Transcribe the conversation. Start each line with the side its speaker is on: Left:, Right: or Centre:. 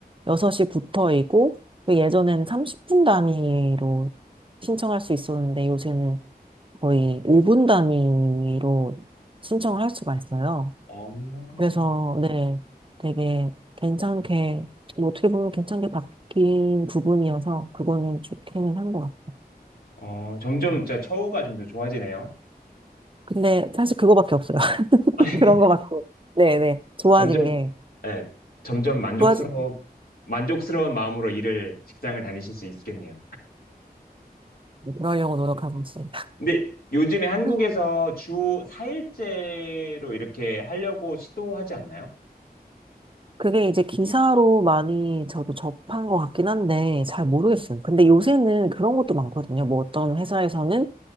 Right: 6시부터이고 예전에는 30분 단위로 신청할 수 있었는데 요새는 거의 5분 단위로 신청을 할 수가 있어요.
Left: 어,
Right: 그래서, 네, 되게 괜찮게, 뭐 어떻게 보면 괜찮게 바뀐 부분이어서 그거는 좋기는 한 것 같아요.
Left: 어, 점점
Right: 음.
Left: 진짜 처우가 좀 더 좋아지네요.
Right: 근데 사실 그거밖에 없어요. <laughs>
Left: <laughs>
Right: 그런 거밖에. 네네. 좋아진
Left: 점점,
Right: 게.
Left: 예, 점점 만족스러워,
Right: 좋아지,
Left: 만족스러운 마음으로 일을, 직장을 다니실 수 있겠네요.
Right: 네, 그러려고 노력하고 있습니다.
Left: 근데 요즘에 한국에서
Right: <laughs>
Left: 주 4일제로 이렇게 하려고 시도하지 않나요?
Right: 그게 이제 기사로 많이 저도 접한 것 같긴 한데 잘 모르겠어요. 근데 요새는 그런 것도 많거든요. 뭐 어떤 회사에서는